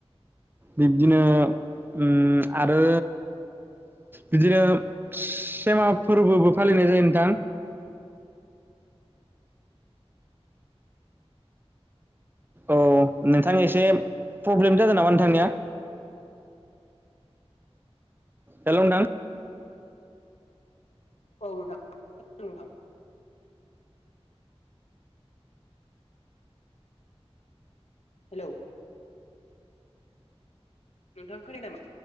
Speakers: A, on the right; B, on the left.
A: बिब्दिनो उम आरो बिदिनो सेमा फोरबोबो फालिनाय जायो नोंथां। अ नोंथां एसे प्रब्लेम नामा नोंथांनिया? हेलौ नोंथां।
B: औ नोंथां <unintelligible> नोंथां। हेलौ। नोंथां खोनाया नामा?